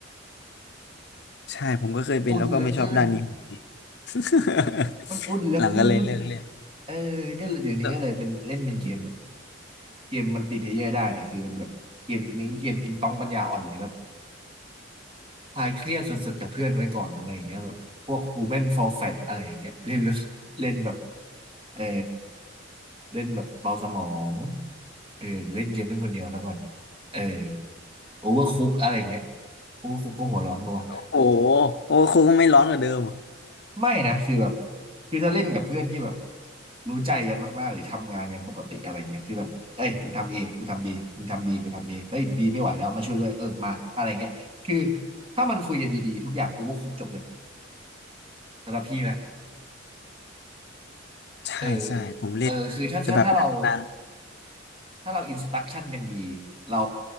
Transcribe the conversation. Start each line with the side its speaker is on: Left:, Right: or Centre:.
Left: ใช่ผมก็เคยเป็นแล้วก็ไม่ชอบด้านนี้
Right: อุ่นเหลือเกิน
Left: <laughs>
Right: มันอุ่นเหลือเกิน
Left: หลังก็เลยเลิกเล่น
Right: เออก็เลยเดี๋ยวนี้ก็เลยเป็นเล่นเป็นเกมแบบ
Left: แล้ว
Right: เกมมันติเพลเยอร์ได้แต่คือเป็นแบบเกมนี้เกมติงตองปัญญาอ่อนหรือแบบ คลายเครียดสุดๆกับเพื่อนไว้ก่อนอะไรอย่างเงี้ยแบบพวก Human for Fat อะไรอย่างเงี้ยเล่นเล่นแบบเออเล่นแบบเบาสมองเออเล่นเกมเล่นคนเดียวแล้วก่อนเออโอเวอร์คุกอะไรอย่างเงี้ยโอเวอร์คุกก็หัวร้อนปะวะ
Left: โอ้โหโอ้โหครูก็ไม่ร้อนกว่าเดิม
Right: ไม่นะคือแบบคือถ้าเล่นกับเพื่อนที่แบบรู้ใจกันมากๆหรือทำงานกันปกติอะไรเงี้ยคือแบบเอ้ยมึงทำเอกูทำบีมึงทำบีกูทำเอเฮ้ยบีไม่ไหวแล้วมาช่วยด้วยเออมาอะไรเงี้ยคือถ้ามันคุยกันดีๆทุกอย่างโอเวอร์คุกจบเลยสำหรับพี่นะ
Left: <laughs> ใช่ใช่ผมเล่น
Right: เออเออ คือถ้าถ้าถ้าเรา
Left: แต่แบบนาน
Right: ถ้าเราอินสต u ั t ชั่นกันดี เรา